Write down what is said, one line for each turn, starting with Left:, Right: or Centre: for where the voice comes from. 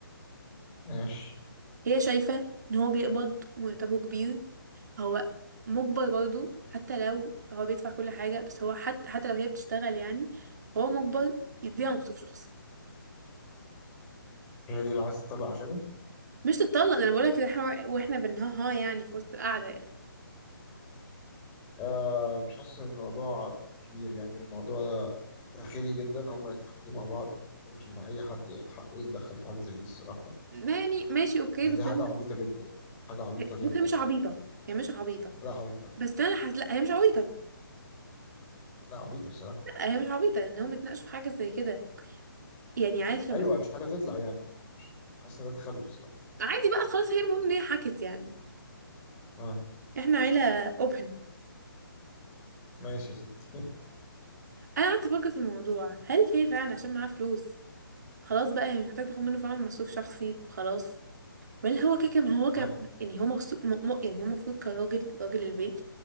Left: ماشي
Right: هي شايفة ان هو بيقبض ومرتبه كبير فهو مجبر برضه حتى لو هو بيدفع كل حاجة بس هو حتى حتى لو هي بتشتغل يعني هو مجبر يديها موصف شخصي
Left: هي دي اللي عايز تطلع عشانه.
Right: مش تتطلق ده انا بقولك إن احنا واحنا بنها ها يعني في وسط القعدة يعني
Left: آه مش حاسس ان الموضوع كبير يعني الموضوع ده داخلي جدا هم يتفقوا مع بعض مش ان اي حد حقه يتدخل في حاجه زي دي الصراحه
Right: ما يعني ماشي اوكي
Left: يعني
Right: بس
Left: دي حاجه
Right: انا
Left: عبيطه جدا حاجه عبيطه جدا
Right: بص هي مش
Left: يعني
Right: عبيطة هي مش عبيطة
Left: لا عبيطه
Right: بس انا حاسة لا هي مش عبيطة
Left: لا عبيطه بصراحه
Right: لا هي مش عبيطة ان هم اتناقشوا في حاجة زي كده يعني عارف لما
Left: ايوه
Right: تبقى-
Left: مش حاجه تطلع يعني مش حاسس ان ده تخلف بصراحه
Right: عادي بقى خلاص هي المهم ان هي حكت يعني
Left: اه
Right: احنا عيلة اوبن
Left: ماشي يا ستي
Right: انا قعدت افكر في الموضوع هل هي فعلا عشان معاها فلوس خلاص بقى هي مش محتاجه تاخد منه فعلا مصروف شخصي خلاص ولا هو كده كده- ما هو كان
Left: <laughs>
Right: يعني هو مغصوب م... م... يعني هو المفروض كراجل راجل البيت